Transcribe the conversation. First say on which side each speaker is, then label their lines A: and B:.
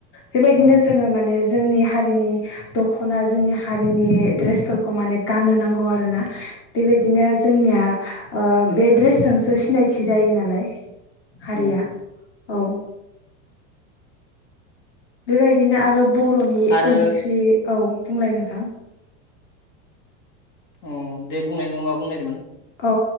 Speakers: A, on the left; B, on the left.
A: बेबायदिनो
B: औ
A: जोङो माने जोंनि हारिनि दख'ना जोंनि हारिनि द्रेसफोरखौ माने गाननो नांगौ आरो ना। बेबायदिनो जोंनिया ओ बे ड्रेसजोंसो सिनायथि जायो नालाय हारिया
B: औ
A: औ। बेबायदिनो आरो बर'नि
B: आरो
A: ओंख्रि, औ बुंलाय नोंथां?
B: अ दे बुंनाय नों मा बुंनो नागिरदोंमोन?
A: औ